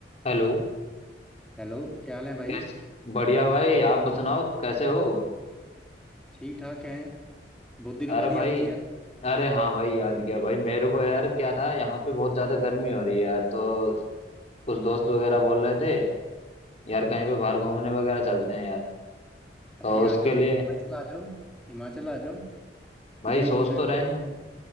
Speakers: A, on the left; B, in the centre.
A: Hello
B: Hello क्या हाल है भाई
A: कैसे बढ़िया भाई आप सुनाओ कैसे हो
B: ठीक ठाक हैं बहुत दिनों
A: अरे
B: बाद
A: भाई
B: याद किया
A: अरे हाँ भाई याद किया भाई मेरे को यार क्या था यहाँ पे बहुत ज्यादा गर्मी हो रही है यार तो कुछ दोस्त वगैरह बोल रहे थे यार कहीं पे बाहर घूमने वगैरह चलते हैं यार
B: अरे
A: तो
B: आ
A: उसके
B: जाओ
A: लिए
B: फिर हिमाचल आ जाओ हिमाचल आ जाओ
A: भाई
B: कितने
A: सोच
B: दूर है
A: तो रहे हैं